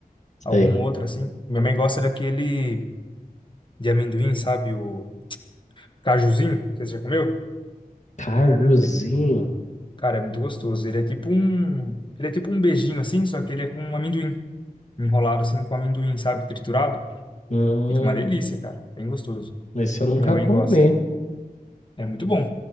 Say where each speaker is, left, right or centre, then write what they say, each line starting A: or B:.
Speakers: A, on the left (about 50°); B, on the left (about 30°).
A: Sei.
B: Algum outro assim. Minha mãe gosta daquele de amendoim, sabe? O cajuzinho. Você já comeu?
A: Cajuzinho?
B: Ele- cara, é muito gostoso. Ele é tipo um. Ele é tipo um beijinho assim, só que ele é com amendoim. Enrolado assim com amendoim, sabe? Triturado.
A: Hum,
B: Fica uma delícia, cara. Bem gostoso.
A: esse eu nunca
B: Minha mãe
A: comi,
B: gosta. É muito bom.